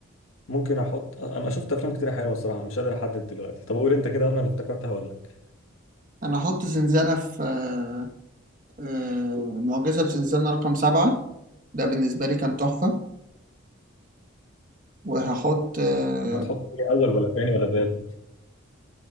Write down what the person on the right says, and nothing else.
انا هحط زنزانة في آه، آه، معجزة في زنزانة رقم سبعة ده بالنسبة لي كان تحفة وهحط آه،